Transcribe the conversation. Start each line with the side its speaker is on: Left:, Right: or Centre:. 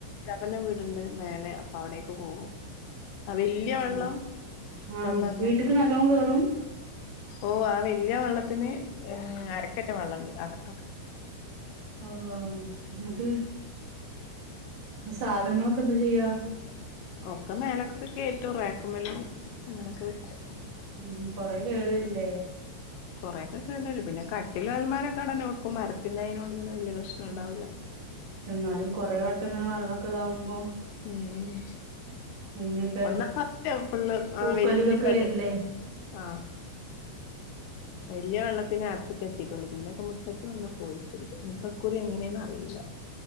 Left: ചാപ്പന്റെ വീടുണ്ട് മേലെ അപ്പൊ അവിടേക്ക് പോകും ആ വല്യ
Right: ഏഹ്
Left: വെള്ളം അപ്പൊന്നാന്നായി
Right: ആഹ് വീട്ട്ക്ക് നല്ലോം കേറും
Left: ഓ ആ വലിയ വെള്ളത്തിന് ഏർ അരക്കെറ്റ വെള്ളംണ്ട് അകത്തൊക്കെ
Right: അള്ള അത് സാധനങ്ങളൊക്കെ എന്താ ചെയ്യാ
Left: ഒക്കെ മേലക്കൊക്കെ കേറ്റു റാക്ക്മലും അങ്ങനെയൊക്കെ വെക്കും
Right: ഉം കൊറെ കേട് വരില്ലേ
Left: കുറെക്കെ കേടുവരും പിന്നെ കട്ടില് അൽമാരൊക്കെ അവിട്ടന്നെ വെക്കും മരത്തിന്റൊയ്ന കൊണ്ട് പിന്നെ വല്യ പ്രശ്നം
Right: ആ
Left: ഉണ്ടാവൂല്ല
Right: എന്നാലും കൊറെ വട്ടം ഇങ്ങനെ വെള്ളോക്കെ ഇതാവുമ്പോ
Left: ഉം
Right: അതിനൊക്കെ
Left: ഒന്നാ പത്തേ ഫുള്ള്
Right: പൂപ്പലും
Left: ആ വല്യ
Right: ഇതൊക്കെ
Left: അതെ
Right: വരില്ലേ
Left: അതെ ആ വലിയ വെള്ളത്തിന അകത്തെക്ക് എത്തിട്ടുള്ളു പിന്നൊക്കെ മുറ്റത്ത് വന്ന് പോയിട്ടുണ്ട് ഇനിപ്പൊക്കുറി എങ്ങനെയാന്ന് അറിയില്ല